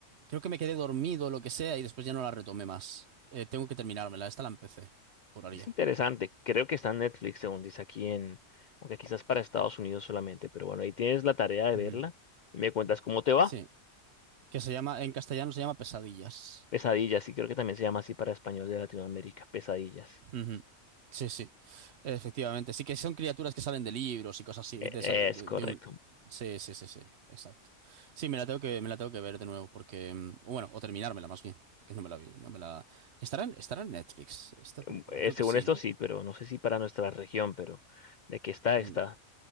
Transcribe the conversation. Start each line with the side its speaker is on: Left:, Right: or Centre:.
Right: creo que me quedé dormido o lo que sea y después ya no la retomé más. Eh, tengo que terminármela, esta la empecé, juraría.
Left: Es interesante. Creo que está en Netflix, según dice aquí en... Aunque quizás para Estados Unidos solamente, pero bueno, ahí tienes la tarea de
Right: Ujú.
Left: verla. Y me cuentas cómo te va.
Right: Sí, que se llama, en castellano se llama Pesadillas.
Left: Pesadillas, sí, creo que también se llama así para español de Latinoamérica. Pesadillas.
Right: Ujú. Sí, sí, efectivamente. Sí que son criaturas que salen de libros y cosas así,
Left: E-
Right: de, esa- de-
Left: Es correcto.
Right: de un... Sí, sí, sí, sí, exacto. Sí, me la tengo que, me la tengo que ver de nuevo porque, mm, bueno, o terminármela más bien, porque no me la vi, no me la... ¿Estará en, estará en Netflix esta película?
Left: Mm, eh,
Right: Creo
Left: según
Right: que sí,
Left: esto
Right: ¿no?
Left: sí, pero no sé si para nuestra región, pero de que está,
Right: Mm,
Left: está.